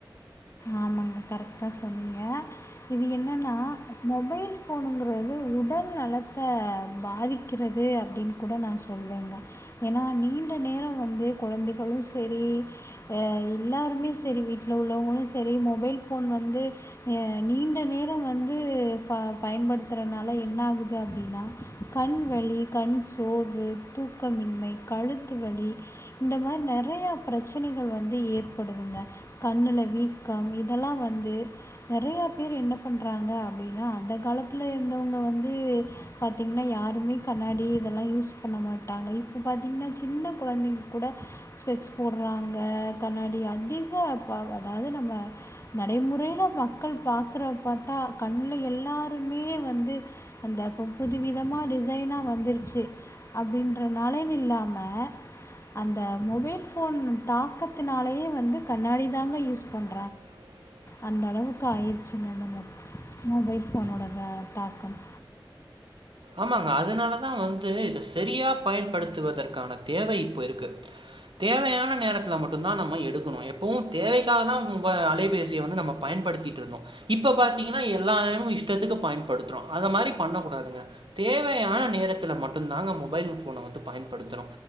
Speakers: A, on the left; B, on the right.
A: ஆமாங்க கரெக்ட்டா சொன்னீங்க இது என்னன்னா மொபைல் போனுங்கறது உடல் நலத்தை பாதிக் கிறது அப்படின்னு கூட நா சொல்லுவேங்க ஏன்னா நீண்ட நேரம் வந்து குழந்தைகளூ செரி அ எல்லாருமே செரி வீட்டுல உள்ளவங்களும் செரி மொபைல் போன் வந்து அ நீண்ட நேரம் வந்து ப பயன்படுத்துறதுனால என்ன ஆகுது அப்டின்னா கண் வலி கண் சோர்வு தூக்கமின்மை கழுத்து வலி இந்த மாதிரி நெறய பிரச்சனைகள் வந்து ஏற்படுதுங்க கண்ணுல வீக் கம் இதெல்லா வந்து நெறய பேர் என்ன பண்றாங்க அப்டினா அந்த காலத்துல இருந்தவங்க வந்து பாத்தீங்கன்னா யாருமே கண்ணாடி இதெல்லாம் யூஸ் பண்ண மாட்டாங்க இப்போ பாத்தீங்கன்னா சின்ன குழந்தைங்க கூட ஸ்பெக்ஸ் போட்றாங்க கண்ணாடி அதிக அதாவது நம்ம நடைமுறையில மக்கள் பார்க்கறத பார்த்தா கண்ணுலே எல்லோருமே வந்து அந்த புது விதமா டிசைனா வந்துருச்சு அப்டின்றனாலன்னு இல்லாம அந்த மொபைல் போன் தாக்கத்தினாலயே வந்து கண்ணாடி தாங்க யூஸ் பண்
B: <unintelligible>
A: அந்த அளவுக்கு ஆய்றுச்சுங்க அந்த மொபைல் போனோட ஆ தாக்கம்
B: ஆமாங்க அதனாலதா வந்து இத செரியா பயன்படுத்துவதற்கான தேவை இப்பருக்கு தேவையான நேரத்தில மட்டுந்தா நம்ம எடுக்கணு எப்போவு தேவைக்காக தா உவ அலைபேசிய வந்து நம்ம பயன்படுத்திட்ருந்தோ இப்ப பாத்தீங்கன்னா எல்லாயமு இஷ்டத்துக்கு பயன்படுத்துறோ அந்த மாரி பண்ண கூடாதுங்க தேவையான நேரத்துல மட்டுந் தாங்க மொபைல் போன வந்து பயன்படுத்தணு